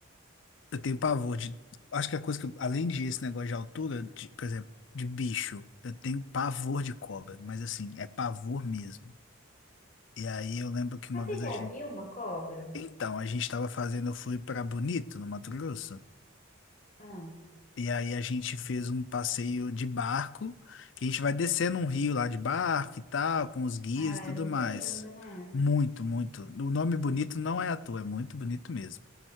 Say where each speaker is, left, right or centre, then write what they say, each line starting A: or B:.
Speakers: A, on the left (about 60°); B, on the left (about 35°).
A: eu tenho pavor de. Acho que a coisa que, eu- além de esse negócio de altura, de, por exemplo, de bicho, eu tenho pavor de cobra, mas assim, é pavor mesmo. E aí eu lembro que uma
B: Mas você
A: vez
B: já
A: a gente.
B: viu uma cobra?
A: Então, a gente tava fazendo, eu fui pra Bonito, no Mato Grosso.
B: Ah,
A: E aí a gente fez um passeio de barco, que a gente vai descendo um rio lá de barco e tal, com os guias
B: ah, ela
A: e tudo
B: é muito
A: mais.
B: linda, né?
A: Muito, muito. O nome bonito não é à toa, é muito bonito mesmo.